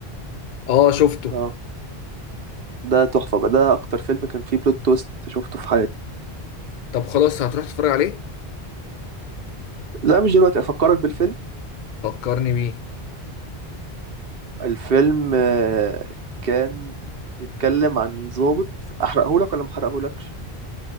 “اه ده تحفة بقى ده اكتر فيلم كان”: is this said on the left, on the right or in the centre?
Right